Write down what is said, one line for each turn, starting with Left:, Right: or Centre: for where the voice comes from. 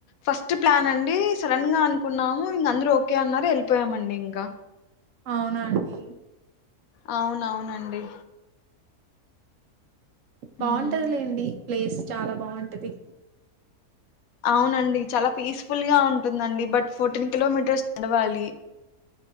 Left: ఫస్ట్ ప్లాన్ అండి సడన్ గా అనుకున్నాము ఇగా అందరు ఓకే అన్నారు వెళ్ళిపోయామండి ఇంకా
Right: అవునాండి
Left: అవునవునండి
Right: బాగుంటదిలేండి
Left: ఉమ్
Right: ప్లేస్ చాలా బాగుంటది
Left: అవునండి చాలా పీస్ఫుల్ గా ఉంటుందండి బట్ ఫోర్టీన్ కిలోమీటర్స్ నడవాలి